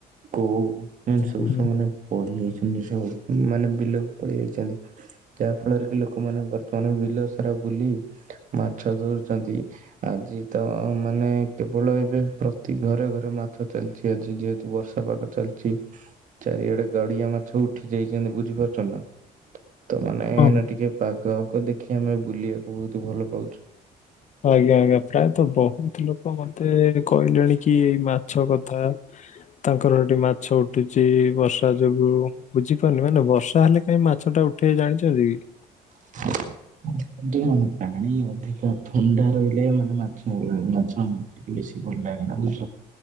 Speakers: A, on the right; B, on the left.
A: କୋଉମାନେ ସବୁ
B: ହୁଁ
A: ସବ ମାନେ ପଢି ଯାଇଛନ୍ତି ସବୁ ମାନେ ବିଲକୁ ପଢି ଯାଇଛନ୍ତି। ଯାହା ଫଳରେ କି ଲୋକମାନେ ବର ସେମାନେ ବିଲ ସାରା ବୁଲି ମାଛ ଧରୁଛନ୍ତି। ଆଜି ତ ମାନେ କେବଳ ଏବେ ଘରେ ଘରେ ମାଛ ଚାଲିଛି ଆଜି ଯେହେତୁ ବର୍ଷା ପାଗ ଚାଲିଛି। ଚାରିଆଡେ ଗାଡିଆ ମାଛ ଉଠି ଯାଇଛନ୍ତି ବୁଝି ପାରୁଛ ନା। ତ ମାନେ
B: ହଁ
A: ନା ଟିକେ ପାଗ କୁ ଦେଖି ଆମେ ବୁଲିବାକୁ ବହୁତ ଭଲ ପାଉଛୁ।
B: ଆଜ୍ଞା ଆଜ୍ଞା ପ୍ରାୟତଃ ବହୁତ ଲୋକ ମତେ କହିଲେଣି କି ଏଇ ମାଛ କଥା ତାଙ୍କର ସେଠି ମାଛ ଉ ଉଠୁଛି ବର୍ଷା ଯୋଗୁଁ ବୁଝିପାରୁନି ମାନେ ବର୍ଷା ହେଲେ କାହିଁ ମାଛ ଟା ଉଠେଇ ଜାଣିଛନ୍ତି କି?
A: <unintelligible> ଦେଖନ୍ତୁ ପାଣି ଅଧିକା ଥଣ୍ଡା ରହିଲେ ମାନେ ମାଛ ମଲାଣି ମାଛ ବେଶୀ ଭଲ ଲାଗେ ନା ବୁଝ